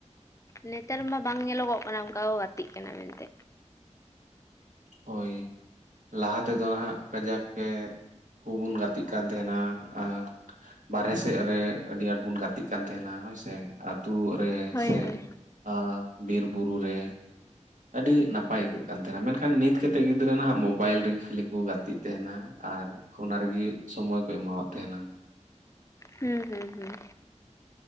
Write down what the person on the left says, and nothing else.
ᱱᱮᱛᱟᱨ ᱢᱟ ᱵᱟᱝ ᱧᱮᱞᱚᱜᱚᱜ ᱠᱟᱱᱟ ᱚᱱᱠᱟ ᱠᱚ ᱜᱟᱛᱮᱜ ᱠᱟᱱᱟ ᱢᱮᱱᱛᱮ
ᱦᱳᱭ
ᱦᱳᱭ
ᱦᱩᱸ ᱦᱩᱸ ᱦᱩᱸ